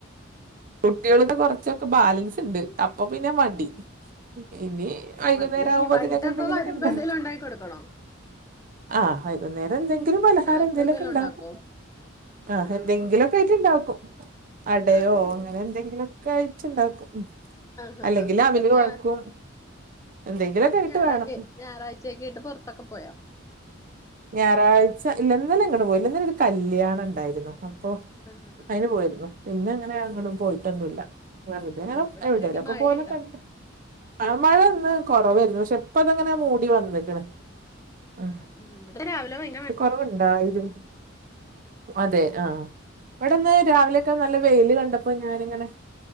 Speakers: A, on the right (about 45°); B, on the left (about 15°).
A: കുട്ടികള്ക്ക് കൊറച്ചൊക്കെ ബാലൻസ് ഇണ്ട്. അപ്പൊ പിന്നെ മടി ഇനി വൈകുന്നേരം
B: മതി
A: ആവുമ്പോ
B: വൈകിട്ടപ്പ
A: അതിനൊക്കെ എന്തെങ്കിലുമൊക്കെ
B: വരുമ്പോ
A: ഉണ്ടാ
B: എന്തേലും ഉണ്ടാക്കി കൊടുക്കണോ
A: ആഹ് വൈകുന്നേരം എന്തെങ്കിലും പലഹാരം
B: സ്നാക്സ്
A: എന്തേലുമൊക്കെ
B: എന്തെലും
A: ഉണ്ടാക്കും.
B: ഉണ്ടാക്കോ?
A: ആഹ്
B: ആണോ
A: എന്തെങ്കിലൊക്കെ ആയിട്ടുണ്ടാക്കും. അടയോ
B: അതെല്ലേ
A: അങ്ങനെ എന്തെങ്കിലൊക്കെ ആയിറ്റുണ്ടാക്കും. ഉം
B: ആഹ് ആഹ്
A: അല്ലെങ്കിൽ
B: ആഹ് ഇന്നലെ
A: അവില് കുഴക്കും
B: ഞാ
A: എന്തെങ്കിലുമൊക്കെ ആയിട്ട്
B: ഞായറല്ലേ
A: വേണം ഉം.
B: ഞായറാഴ് <unintelligible> കിട്ട് പുറത്തക്കെ പോയോ?
A: ഞായറാഴ്ച. ഇല്ല ഇന്നലെ എങ്ങടും പോയില്ല. ഒരു കല്യാണം ണ്ടായിരുന്നു അപ്പൊ
B: ആഹ് ആഹ്
A: അയിന് പോയിരുന്നു. പിന്നങ്ങനെ ഞാൻ എങ്ങടും
B: അതെ
A: പോയിട്ടൊന്നുമല്ല വെറുതെ ഇങ്ങനെ
B: ആഹ് അവിടെ
A: എവിടേലും
B: എങ്ങനെയുണ്ട്
A: ഒക്കെ
B: മഴയുണ്ടോ?
A: പോലെ കണ്ട ആഹ് മഴ ഇന്ന് കൊറവാരുന്നു. പക്ഷെ ഇപ്പ ഇതിങ്ങനെ മൂടി വന്നേക്കണ്. ഉം
B: ഉം. ഇവിടെ രാവിലെ വൈ
A: കൊറവുണ്ടായിരുന്ന്. അതെ ആഹ്. ഇവിടിന്ന് രാവിലെയൊക്കെ നല്ല വെയില് കണ്ടപ്പോ ഞാനിങ്ങനെ